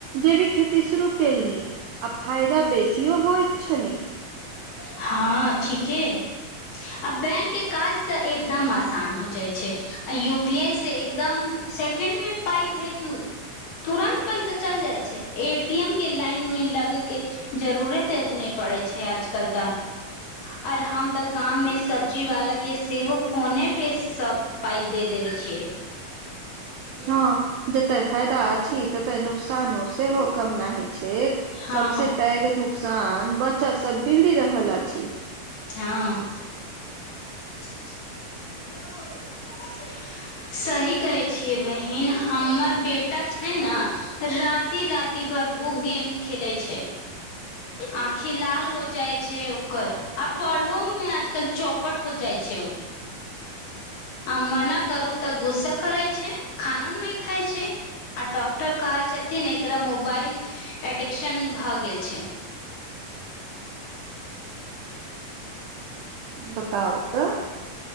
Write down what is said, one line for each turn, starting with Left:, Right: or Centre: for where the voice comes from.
Right: जे भी खेती शुरू केलनि आ फायदा बेसियो होय छै ने
Left: हँ, ठीके। आ बैंक के काज तऽ एकदम आसान हो जाइ छै, आ यूपी आई से एकदम। सेकेंड मे पाय भेजू तुरन्त पैसा चल जाइ छैय एटीएम के लाइन मे लगे के जरूरत ने पड़े छैय आज करता ओर हम तऽ गाममे सब्जीवला के सेहो फोने पे सभ पाइ दे देबे छैय
Right: हँ जतय फायदा अछि, टते न नुकसानो ससँ हो कम नहि छै
Left: हँ
Right: सभसँ पैघ नुकसान बच्चा सभ बिगड़ि रहल अछि।
Left: हँ। <unintelligible> सही कहै छिये बहिन हमर बेटा छै ने राति राति भर बुक गेम खेलै छै। आँखि लाल हो जाइ छै, ओकर आ पढ़ो मे आज कल चौपट। ठीक जाइ छै ओ आ मना करू तऽ गुस्सा करै छै, खानो नहि खाय छै। आ डॉक्टर कहे छथिन एकरा मोबाइल एडिक्शन भऽ गेल छै।
Right: बताउ त